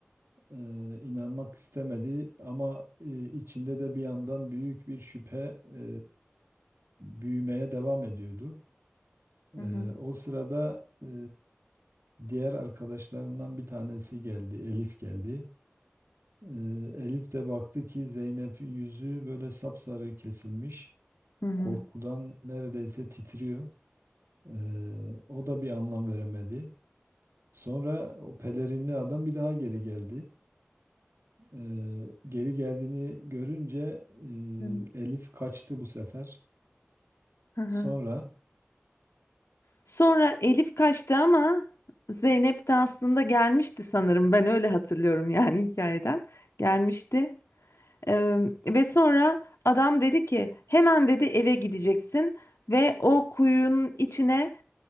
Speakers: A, on the right; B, on the left.
A: Ee, inanmak istemedi ama e, içinde de bir yandan büyük bir şüphe e, büyümeye devam ediyordu. Ee,
B: Hı hı.
A: o sırada e, diğer arkadaşlarından bir tanesi geldi, Elif geldi. Ee, Elif de baktı ki Zeynep yüzü böyle sapsarı kesilmiş,
B: Hı hı.
A: korkudan neredeyse titriyor. Ee, o da bir anlam veremedi. Sonra o pelerinli adam bir daha geri geldi. Ee, geri geldiğini görünce
B: Hı.
A: e, Elif kaçtı bu sefer.
B: Hı hı.
A: Sonra
B: Sonra Elif kaçtı ama Zeynep de aslında gelmişti sanırım. Ben öyle hatırlıyorum yani <laughs> hikayeden. Gelmişti. Ee, ve sonra adam dedi ki hemen dedi eve gideceksin ve o kuyunun içine